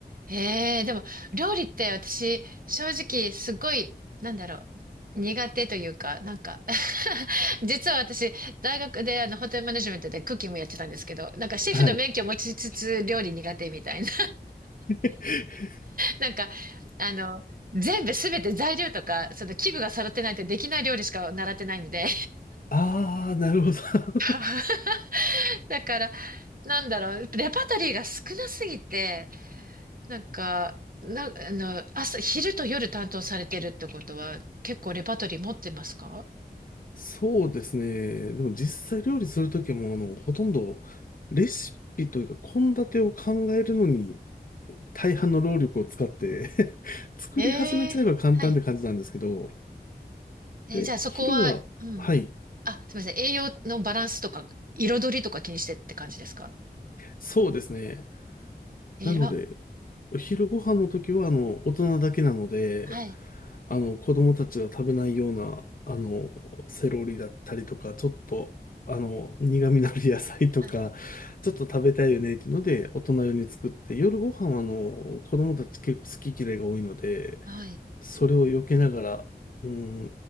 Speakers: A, on the right; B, on the left.
A: ええでも、料理って私、正直、すごい、なんだろう、苦手というか、なんか <laughs> 実は私、大学であの、ホテルマネジメントでクッキングやってたんですけど、なんかシェフの免許持ちつつ、
B: はい。
A: 料理苦手みたいな
B: <laughs>
A: なんか、あの、全部すべて材料とか、その器具が揃ってないとできない料理しか習ってないんで。
B: ああ、なるほど。
A: <laughs> だから、なんだろう、レパートリーが少なすぎて、なんか、な、あの、朝、昼と夜担当されてるってことは、結構レパートリー持ってますか
B: <laughs> そうですね。でも実際料理するときも、あの、ほとんどレシピというか、献立を考えるのに、大半の労力を使って <laughs> 作り始めちゃえば簡単って感じなんですけど、
A: ええはい。えーじゃあそこは、
B: で、昼は、
A: うん。
B: はい、
A: あ、すみません。栄養のバランスとか、彩りとか気にしてって感じですか
B: そうですね。
A: えら、
B: なので、お昼ご飯の時は、あの、大人だけなので、
A: はい、
B: あの、子供たちが食べないような、あの、セロリだったりとか、ちょっと、あの、苦味のある野菜とか、
A: はい、
B: ちょっと食べたいよねっていうので、大人用に作って、夜ご飯は、あの、子供たち結構好き嫌いが多いので、
A: はい。
B: それを避けながら、うー